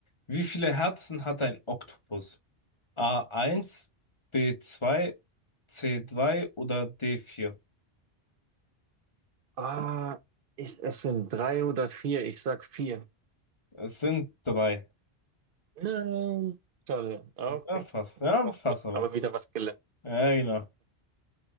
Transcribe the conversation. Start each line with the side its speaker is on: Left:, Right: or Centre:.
Left: Wie viele Herzen hat ein Oktopus? a eins, b zwei, c zwei oder d vier?
Right: Ah, ich, es sind drei oder vier. Ich sag vier.
Left: Es sind drei.
Right: Nein. Schade. Ah, Okay,
Left: Ja, fast. Ja,
Right: auch
Left: fast
Right: gut.
Left: aber.
Right: Aber wieder was gelernt.
Left: Ja, genau.